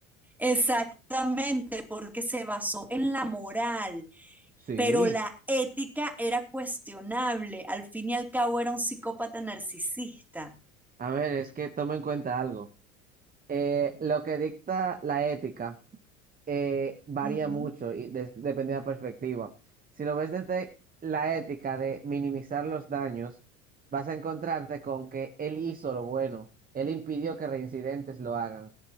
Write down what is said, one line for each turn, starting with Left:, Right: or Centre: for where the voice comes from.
Centre: Exactamente, porque se basó en la moral,
Right: Sí,
Centre: pero la ética era cuestionable. Al fin y al cabo era un psicópata narcisista.
Right: A ver, es que toma en cuenta algo. Eh, lo que dicta la ética. eh, varía
Centre: Ujú,
Right: mucho y des- depende de la perspectiva. Si lo ves desde la ética de minimizar los daños, vas a encontrarte con que él hizo lo bueno, él impidió que reincidentes lo hagan,